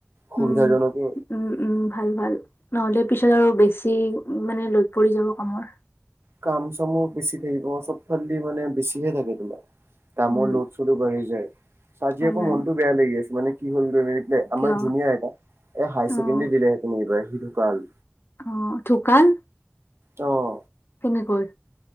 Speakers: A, on the right; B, on the left.
A: সুবিধাজনকো।
B: উম। উম উম ভাল ভাল নহ'লে পিছত আৰু বেছি মানে লোড পৰি যাব কামৰ।
A: কাম চামো বেছি থাকিব চবফালদি মানে বেছি হৈ থাকে তোমাৰ। কামৰ
B: উম,
A: লোড চডো বাঢ়ি যায়, আজি
B: হয়
A: আকৌ
B: হয়।
A: মনটো বেয়া লাগি আছ মানে কি হল মানে- দে আমাৰ
B: কিয়?
A: জুনিয়ৰ এটা এই হায়াৰ
B: অ',
A: ছেকেণ্ডৰী দিলেহেঁতেন এইবাৰ সি ঢুকাল।
B: অ ঢুকাল?
A: অঁ'
B: কেনেকৈ?